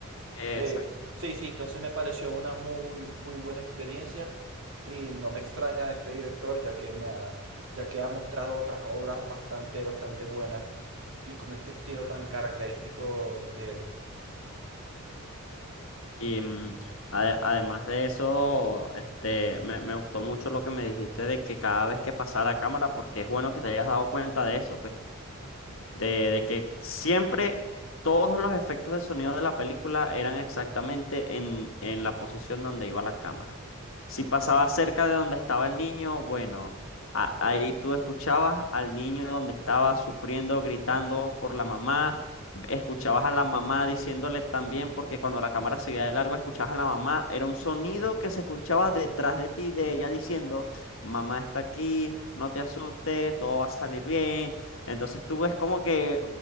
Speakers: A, on the left (about 65°); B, on the right (about 60°).
A: Exacto.
B: eh, sí, sí, entonces me pareció una muy, muy buena experiencia y no me extraña de este director, ya que me ha, ya que ha mostrado otras obras bastante, bastante buenas y con este estilo tan característico de él. <laughs>
A: Y mm, ade- además de eso, este, me, me gustó mucho lo que me dijiste de que cada vez que pasara cámara, porque es bueno que te hayas dado cuenta de eso, pues. De, de que siempre todos los efectos de sonido de la película eran exactamente en, en la posición donde iba la cámara. Si pasaba cerca de donde estaba el niño, bueno, a- ahí tú escuchabas al niño donde estaba sufriendo, gritando por la mamá, escuchabas a la mamá diciéndole también, porque cuando la cámara seguía de largo, escuchabas a la mamá, era un sonido que se escuchaba detrás de ti, de ella diciendo, mamá está aquí, no te asustes, todo va a salir bien. Entonces tú ves como que,